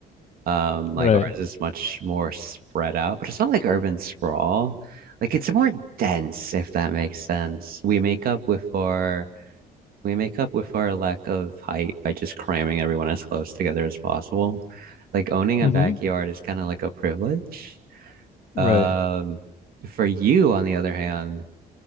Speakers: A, on the right; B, on the left.
A: Um, like
B: Right.
A: ours is much more spread out, but it's not like urban sprawl. Like it's more dense, if that makes sense. We make up with our we make up with our lack of height by just cramming everyone as close together as possible. Like owning a
B: Mm-hmm.
A: backyard is kind of like a privilege. Um,
B: Right.
A: for you, on the other hand,